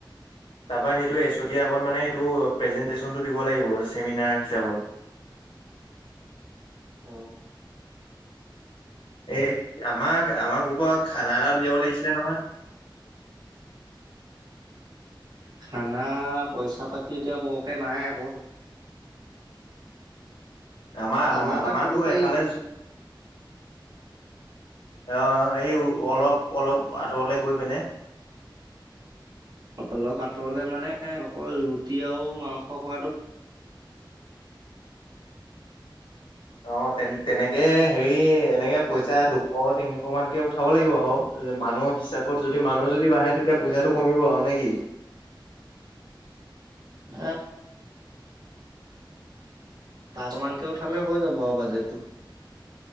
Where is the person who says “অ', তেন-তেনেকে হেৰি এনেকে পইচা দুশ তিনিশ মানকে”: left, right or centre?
Left